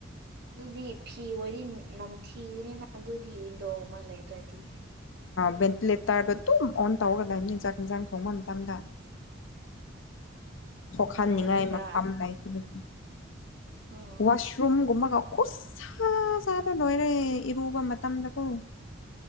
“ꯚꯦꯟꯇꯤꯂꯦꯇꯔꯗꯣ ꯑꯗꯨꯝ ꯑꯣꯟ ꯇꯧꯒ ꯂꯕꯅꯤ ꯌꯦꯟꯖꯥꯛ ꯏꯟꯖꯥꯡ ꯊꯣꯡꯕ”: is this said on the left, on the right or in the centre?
Left